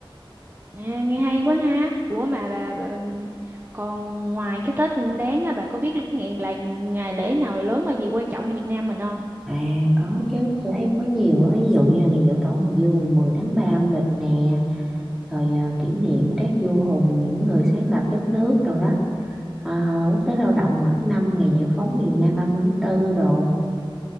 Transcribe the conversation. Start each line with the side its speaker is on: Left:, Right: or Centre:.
Right: à, nghe hay quá ha ủa mà bà, bà ừm, còn ngoài cái Tết Nguyên Đán á bà có biết cái ngày là ngày lễ nào lớn ở gì quan trọng ở Việt Nam mình không
Centre: à có chứ tôi thấy có nhiều á ví dụ như là ngày giỗ tổ Hùng Vương mùng 10 tháng 3 âm lịch nè rồi à, kỷ niệm các vua hùng những người sáng lập đất nước rồi đó à, quốc tế lao động mỗi năm ngày giải phóng miền Nam 30 tháng 4 đồ